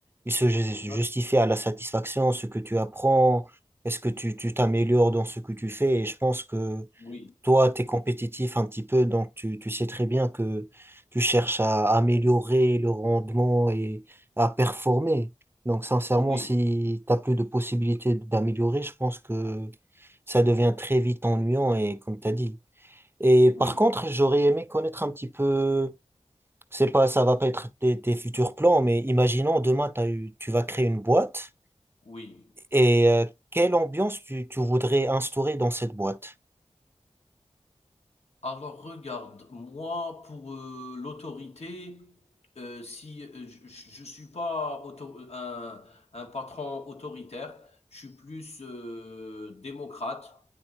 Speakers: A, on the right; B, on the left.
A: il se ju-
B: exact.
A: justifie à la satisfaction, ce que tu apprends, est-ce que tu tu t'améliores dans ce que tu fais. Et je pense que
B: Oui,
A: toi, tu es compétitif un petit peu, donc tu, tu sais très bien que tu cherches à améliorer le rendement et à performer. Donc, sincèrement,
B: oui,
A: si tu plus de possibilités d'améliorer, je pense que ça devient très vite ennuyant et comme tu as dit. Et par
B: oui,
A: contre, j'aurais aimé connaître un petit peu, c'est pas, ça va pas être tes, tes futurs plans, mais imaginons demain, t'as eu, tu vas créer une boîte.
B: oui.
A: Et euh, quelle ambiance tu, tu voudrais instaurer dans cette boîte?
B: Alors regarde, moi pour, heu, l'autorité, heu, si, heu, je je je suis pas auto un un patron autoritaire, je suis plus, heu, démocrate.